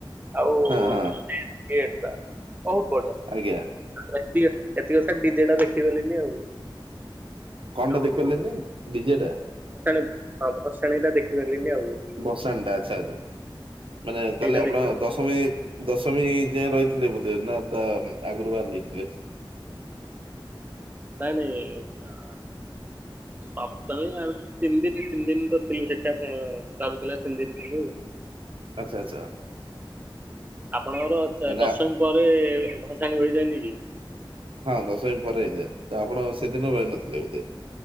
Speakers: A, on the right; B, on the right.
A: ଆଉ
B: ହଁ ହଁ
A: ମେନ୍ ଗେଟଟା ବହୁତ ବଢିଆ।
B: ଆଜ୍ଞା।
A: ଏତି ଏତିକ କଥା ଡିଜେଟା ଦେଖିପାରିଲିିନି ଆଉ।
B: କଣ
A: ଯୋଉ
B: ଟା ଦେଖି ପାରିଲେନି ଡିଜେ ଟା?
A: ଭସାଣି ହଁ ଭସାଣି ଟା ଦେଖିପାରିଲିନି ଆଉ।
B: ଭସାଣିଟା ଆଛା ଆଛା ମାନେ
A: ସେଇଟା
B: ତାହେଲେ ଆପଣ
A: ଦେଖିପାରିଲିନି
B: ଦଶମୀ
A: ଆଉ
B: ଦଶମୀ ଯାଏଁ ରହିଥିଲେ ବୋଧେ ନା ତା ଆଗରୁ ବାହାରି ଯାଇଥିଲେ।
A: ନାଇଁ ନାଇଁ ସପ୍ତମୀ ଆ ତିନି ଦିନ ତିନି ଦିନ ତ ଥିଲୁ ସେଠା ରାନ୍ଧୁ ତିନି ଦିନ ଥିଲୁ।
B: ଆଚ୍ଛା ଆଚ୍ଛା।
A: ଆପଣଙ୍କର ଦ
B: କାହିଁକି ନା
A: ଦଶମୀ ପରେ ଭସାଣି ହୋଇଯାଇନି କି।
B: ହଁ ଦଶମୀ ପରେ ହେଇଯାଏ ତ ଆପଣ ସେଦିନ ରହିନଥିଲେ ବୋଧେ।